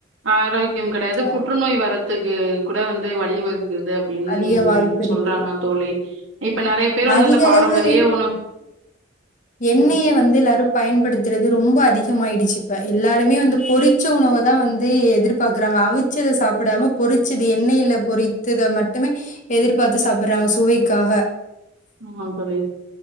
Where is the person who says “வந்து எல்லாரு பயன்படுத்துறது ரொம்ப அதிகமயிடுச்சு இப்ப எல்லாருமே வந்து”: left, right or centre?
Left